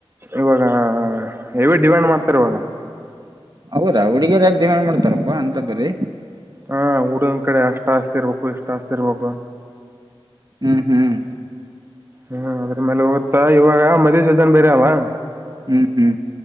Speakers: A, on the right; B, on the right.
A: ಇವಾಗ ಹೆವಿ ಡಿಮ್ಯಾಂಡ್ ಮಾಡ್ತಾರೆ ಇವಾಗ
B: ಹೌದಾ ಹುಡಗಿಯರ ಯಕ ಡಿಮ್ಯಾಂಡ್ ಮಾಡ್ತಾರಪ್ಪಾ ಅಂತ ಪರೀ
A: ಹಾ ಹುಡಗನ್ ಕಡೆ ಅಷ್ಟ ಆಸ್ತಿ ಇರ್ಬೇಕು ಇಷ್ಟ ಆಸ್ತಿ ಇರ್ಬೇಕು
B: ಹ್ಮ್ ಹ್ಮ್.
A: ಹ್ಮ್ ಅದ್ರ ಮೇಲೆ ಹೋಗತ್ತಾ ಇವಾಗ ಮದ್ವಿ ಸೀಸನ್ ಬೇರೆ ಅವಾ
B: ಹ್ಮ್ ಹ್ಮ್.